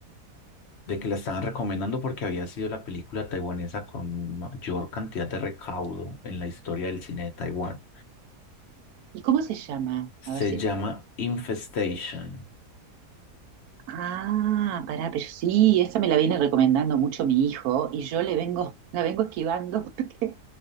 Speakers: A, on the left (about 60°); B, on the right (about 75°).
A: de que la estaban recomendando porque había sido la película taiwanesa con mayor cantidad de recaudo en la historia del cine de Taiwán.
B: ¿Y cómo se llama?
A: Se
B: A ver si
A: llama Infestation
B: Ah, pará, pero sí, esa me la viene recomendando mucho mi hijo y yo le vengo, <laughs> la vengo esquivando <laughs> porque